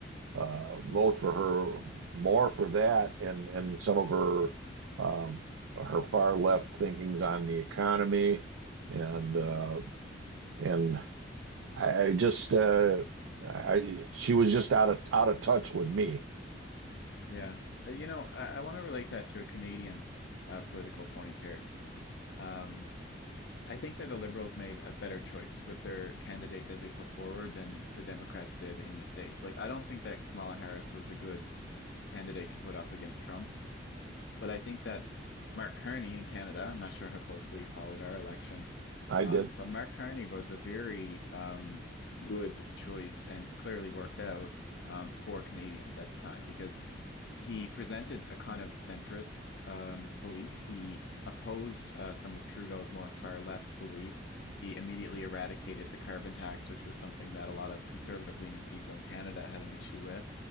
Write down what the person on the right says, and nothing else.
uh, vote
for her more for that and and some of her um, her far left thinkings on the economy and uh, and I, I just uh, I she was just out of out of touch with me.
I
did